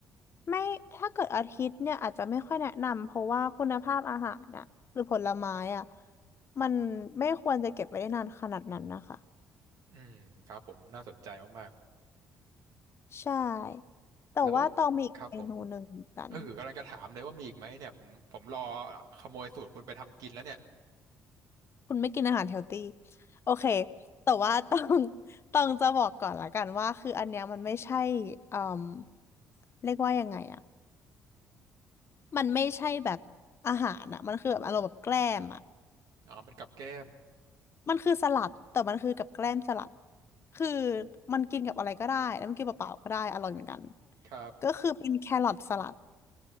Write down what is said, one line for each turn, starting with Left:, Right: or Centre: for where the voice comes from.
Left: ไม่ถ้าเกิดอาทิตย์เนี่ยอาจจะไม่ค่อยแนะนำเพราะว่าคุณภาพอาหารน่ะหรือผลไม้อ่ะมันไม่ควรจะเก็บไว้ได้นานขนาดนั้นนะคะ
Right: อืมครับผมน่าสนใจ มาก
Left: ใช่
Right: ๆแล้ว
Left: แต่ว่าต้องมีอีกเมนูหนึ่งเหมือนกัน
Right: ครับผม เออกำลังจะถามเลยว่ามีอีกไหมเนี่ยผมผมรอขโมยสูตรคุณไปทำกินแล้วเนี่ย
Left: คุณไม่กินอาหารเฮลตี้โอเคแต่ว่าต้อง <laughs> ต้องจะบอกก่อนละกันว่าคืออันเนี้ยมันไม่ใช่เอ่มเรียกว่ายังไงอะมันไม่ใช่แบบอาหารอะมันคือแบบอารมณ์แบบแกล้มอะ
Right: อ๋อเป็นกับแก้ม
Left: มันคือสลัดแต่มันคือกับแกล้มสลัดคือมันกินกับอะไรก็ได้แล้วมันกินเปล่าๆก็ได้อร่อยเหมือนกัน
Right: ครับ
Left: ก็คือเป็นแครอทสลัด